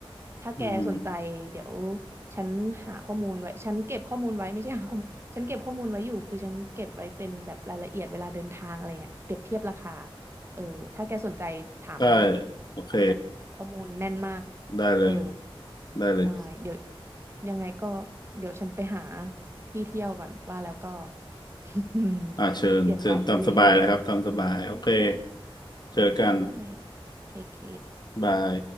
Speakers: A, on the right; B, on the left.
A: ถ้าแกสนใจเดี๋ยว
B: อืม
A: ฉันหาข้อมูลไว้ฉันเก็บข้อมูลไว้ไม่ใช่หาข้อมูลฉันเก็บข้อมูลไว้อยู่คือฉันเก็บไว้เป็นแบบรายละเอียดเวลาเดินทางอะไรเงี้ยเปรียบเทียบราคาเออถ้าแกสนใจถามได้
B: ได้โอเค
A: ฉันแบบข้อมูลแน่นมาก
B: ได้เลย
A: เออ
B: ได้เลย
A: ได้เดี๋ยวยังไงก็เดี๋ยวฉันไปหาที่เที่ยวก่อนว่าแล้วก็ <laughs>
B: อ่าเชิญเชิญตามสบายเลยครับตามสบายโอเค
A: เปลี่ยนเกาะไปเรื่อยๆเคเค
B: เจอกัน
A: ได้เคเค
B: บาย